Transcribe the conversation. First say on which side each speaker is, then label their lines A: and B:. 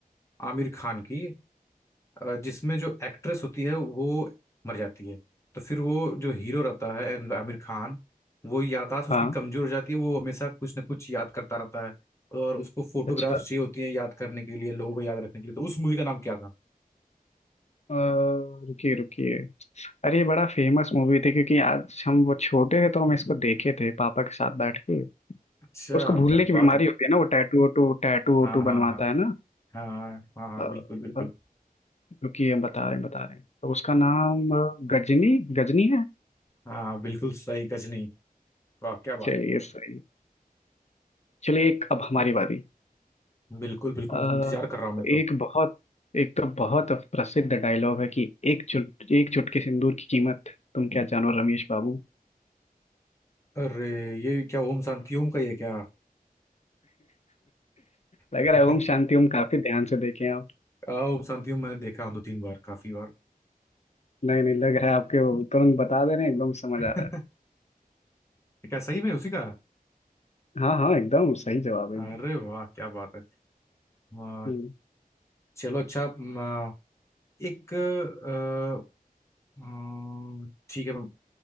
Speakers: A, on the left (about 20°); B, on the left (about 45°).
A: आमिर खान की अ, जिसमें जो एक्ट्रेस होती है वो मर जाती है तो फिर वो जो हीरो रहता है मतलब आमिर खान वो याददाश्त उसकी
B: हाँ
A: कमजोर हो जाती है वो हमेशा कुछ ना कुछ याद करता रहता है और उसको फोटोग्राफ्स
B: अच्छा
A: चाहिए होती हैं याद करने के लिए लोगों को याद रखने के लिए तो उस मूवी का नाम क्या था
B: अ, रुकिए रुकिए अरे ये बड़ा फेमस मूवी थी क्योंकि आज हम वो छोटे थे तो हम इसको देखे थे पापा के साथ बैठ के
A: अच्छा
B: उसको भूलने
A: क्या
B: की बीमारी
A: बात है
B: होती है ना वो टैटू वोटू टैटू वोटू
A: हाँ हाँ
B: बनवाता
A: हाँ
B: है ना
A: हाँ हाँ हाँ
B: अ,
A: बिल्कुल बिल्कुल
B: अ, रुकिए हम बता रहे हैं बता रहे हैं तो उसका नाम अ, गजनी गजनी है
A: हाँ बिल्कुल सही गजनी वाह क्या बात
B: चलिए सही चलिए एक अब हमारी बारी
A: बिल्कुल बिल्कुल
B: अ,
A: इंतजार कर रहा हूँ मैं तो
B: एक बहुत एक तो बहुत प्रसिद्ध डायलॉग है कि एक चुट एक चुटकी सिंदूर की कीमत तुम क्या जानो रमेश बाबू
A: अरे ये क्या ओम शांति ओम का ये क्या
B: लग
A: <laughs>
B: रहा है ओम शांति ओम काफी ध्यान से देखे आप
A: आ, ओम शांति ओम मैंने देखा हूँ दो तीन बार काफी बार
B: नहीं नहीं लग रहा है आपके वो तुरंत बता दे रहे हैं एकदम समझ
A: <laughs>
B: आ रहा है
A: क्या सही में उसी का है?
B: हाँ हाँ एकदम सही जवाब है एकदम
A: अरे वाह क्या बात है वाह,
B: हम्म,
A: चलो अच्छा म, एक अ, अ, ठीक है मैं-